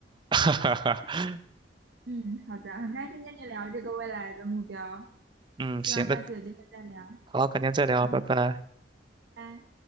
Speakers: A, on the right; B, on the right.
A: <laughs>
B: 嗯，好的，很开心跟你聊这个未来的目标，
A: 嗯，
B: 希望下次有机会再聊。
A: 行，那好，改天再聊，
B: 嗯，
A: 拜拜。
B: 拜。